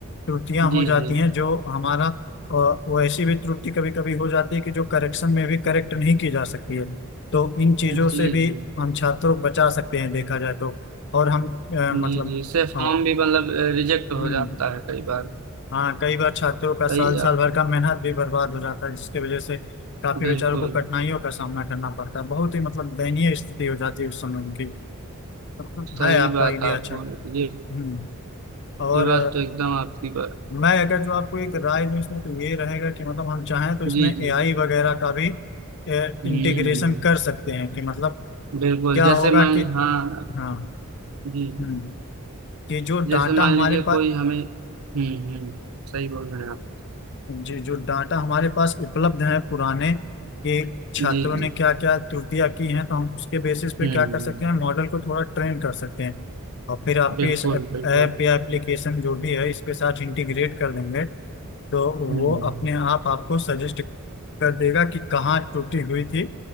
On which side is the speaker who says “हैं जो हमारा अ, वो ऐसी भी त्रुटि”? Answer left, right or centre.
Left